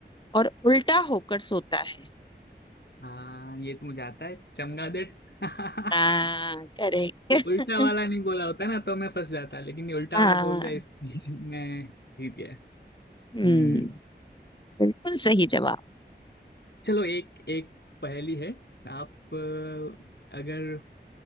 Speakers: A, on the left (about 25°); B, on the left (about 65°).
A: और उल्टा होकर सोता है
B: हाँ ये तो मुझे आता है चमगादड़ <laughs>
A: हाँ करेक्ट
B: ये उल्टा वाला
A: <laughs>
B: नहीं बोला होता ना तो मैं फंस जाता लेकिन ये उल्टा
A: हाँ
B: वाला बोल दिया इसलिए <laughs> मैं जीत गया हम्म
A: हम्म बिल्कुल सही जवाब
B: चलो एक एक पहेली है आप अ, अगर